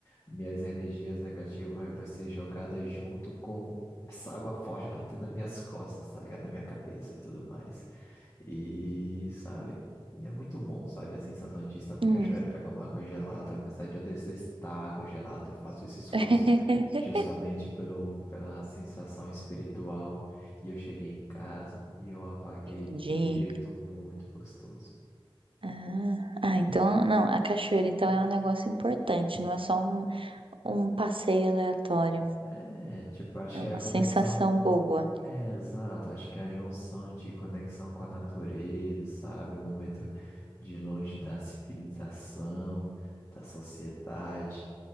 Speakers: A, on the left; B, on the right.
A: minhas energias negativas vai ser jogada junto com essa água forte batendo nas minhas costas, tá ligado? Na minha cabeça e tudo mais. E, sabe? E é muito bom, sabe? A sensação de estar na
B: Hum.
A: cachoeira, pegar uma água gelada, apesar de eu detestar água gelada, eu faço esse esforço
B: <laughs>
A: justamente pelo, pela sensação espiritual. E eu cheguei em casa e eu apaguei
B: Entendi.
A: de um jeito muito gostoso.
B: Ah, ah, então, não, a cachoeira então é um negócio importante, não é só um, um passeio aleatório.
A: É, tipo, acho
B: É
A: que
B: uma
A: é a conexão
B: sensação boa.
A: É, exato. Acho que a junção de conexão com a natureza, sabe? O momento de longe da civilização, da sociedade,